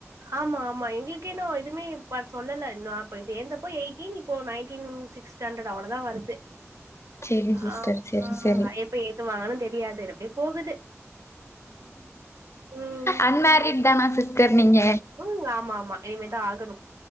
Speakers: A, on the right (about 80°); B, on the left (about 60°).
A: ஆமா ஆமா எங்களுக்கே இன்னு எதுமே ப சொல்லல இன்னு நா அப்ப சேந்தப்ப எயிட்டீன் இப்போ நைன்டீன் சிக்ஸ் ஸண்டரட் அவ்வளதா வருது
B: செரிங் சிஸ்டர்
A: ஆம்
B: செரி
A: ம்
B: செரி
A: எப்ப ஏத்து வாங்கணு தெரியாது அப்டே போகுது ம்
B: அன்மேரிட்தானா சிஸ்டர் நீங்க
A: ம் ஆமா ஆமா இனிமேதா ஆகணு